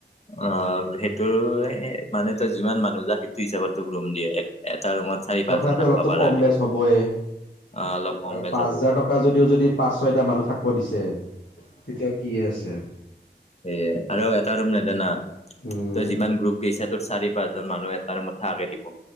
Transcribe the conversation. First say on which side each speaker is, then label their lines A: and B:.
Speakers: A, on the left; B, on the left.
A: অ সেইটোৰে মানে তই যিমান মানুহ যা সেইটো হিচাপত তোক ৰুম দিয়ে। এটা ৰুমত চাৰি পাঁচজন
B: তথাপি
A: থাকবা
B: অলপতো
A: পাৰাকে
B: কম বেচ হবয়ে।
A: অ অলপ কম
B: আৰু
A: বেচ
B: পাঁচ
A: হ'ব
B: হাজাৰ টকা যদিও যদি পাঁচ ছয়টা মানুহ থাকব' দিছে। তেতিয়াও কি আছে?
A: এ আৰু এটা ৰুম নে দে না
B: উম
A: তই যিমান গ্ৰুপ গেছা তোৰ চাৰি পাঁচজন মানুহ এট তাৰো মোথা কে দিব।